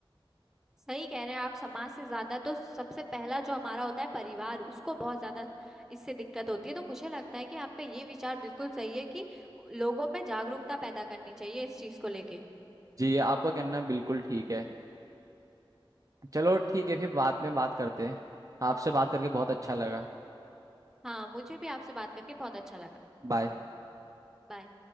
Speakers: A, in the centre; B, on the right.
A: सही कह रहे हैं आप समाज से ज्यादा तो सबसे पहला जो हमारा होता है परिवार उसको बहुत ज्यादा इससे दिक्कत होती है तो मुझे लगता है कि आपका ये विचार बिल्कुल सही है कि लोगों में जागरूकता पैदा करनी चाहिए इस चीज को लेके
B: जी आपका कहना बिल्कुल ठीक है चलो ठीक है फिर बाद में बात करते हैं आपसे बात करके बहुत अच्छा लगा
A: हाँ मुझे भी आपसे बात करके बहुत अच्छा लगा
B: बाय
A: बाय